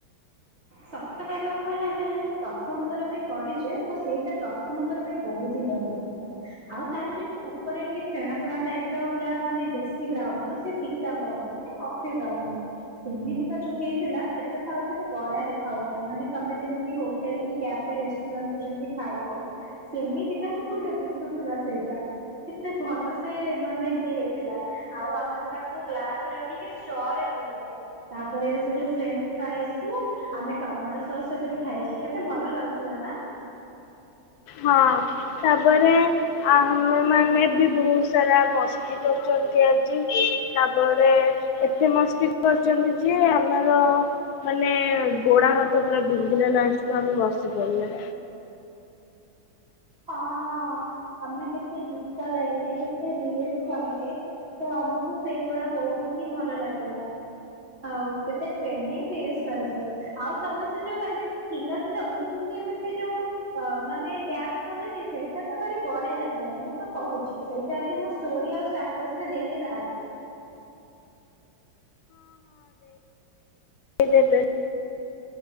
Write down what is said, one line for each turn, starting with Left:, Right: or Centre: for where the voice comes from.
Right: ସତ କହିବାକୁ ଗଲେ ଆମେ ଯେହେତୁ ପ୍ରଥମଥର ପାଇଁ କରିଛେ ତ ସେଇଟା ପ୍ରଥମଥର ପାଇଁ ବହୁତ ହିଁ ଭଲ ଲାଗେ। ଆଉ ତାର ଯେମିତି ଉପରେ ଟିକେ ଫେଣ ଫେଣ ଟାଇପର ପୁରା ମାନେ ବେଶୀ ବ୍ରାଉନସ ସେ ଫିକା ବ୍ରାଉନ ମାନେ କଫି ବ୍ରାଉନ ସେମିତିକା ଯୋଉ ହେଇଥିଲା ସେଟା ତ ଆହୁରି କେତେ ବଢିଆ ଦେଖ ହଉଥିଲା ମାନେ ପା ତମେ ଯେମତି ହୋଟେଲ କି କାଫେ ରେସ୍ଟୁରାଣ୍ଟ କୁଯାଇକି ଖାଇବ ସେମିତି କାହିଁ ପୁର ଥିଲା ସେଇଟା କେତେ ଭଲ ସେ ମାନେ ଇଏ ଥିଲା ଆଉ ଆମେ ତ ତାକୁ ଗ୍ଲାସରେ ରଖିକି ଷ୍ଟରେ ପିଇଲେ। ତାପରେ ସେ ଯୋଉ ଫ୍ରେନ୍ସ ସ୍ଲାଏସ କୁ ଆମେ ଟମାଟୋ ସସ୍ ସହିତ ବି ଖାଇଛେ କେତେ ଭଲ ଲାଗୁଥିଲା ନା?
Left: ହଁ ତାପରେ ଆମେ ମାନେ ବି ବହୁତ ସାରା ମସ୍ତି କରଛନ୍ତି ଆଜି ତାପରେ ଏତେ ମସ୍ତି କରିଛନ୍ତି ଯେ ଆମର ମାନେ ଗୋଡ ହାତ ପୁରା ବିନ୍ଧିଲା ଲାଷ୍ଟକୁ ଆମେ ବସି ପଡିଲେ।
Right: ହଁ। ଆମେ କେତେ ଗୀତ ଗାଇଲେ କେତେ ରିଲସ କଲେ ତ ଆମକୁ ସେଇଗୁଡା ବହୁତ ହିଁ ଭଲ ଲାଗିଲା ଆଉ କେତେ ସେଣ୍ଡିଙ୍ଗ ରେସ କରିଚେ। ଆଉ ତମେ ସେ ଯୋଉ ଏମତି ଥିଲ ଥିଲ ଉଠିକି ଏମିତି ଯୋଉ ଅ ମାନେ ଡ୍ୟାନ୍ସ କଲନି ସେଟା ତ ଭାରି ବଢିଆ ଲାଗିଲା ମୁଁ ତ କହୁଛି ସେଇଟାଜଦି ମୁଁ ଷ୍ଟୋରି ଆଉ ଷ୍ଟାର୍ଟସ ରେ ଦେଲି ତାହେଲେ।
Left: ଏଇ <inaudible>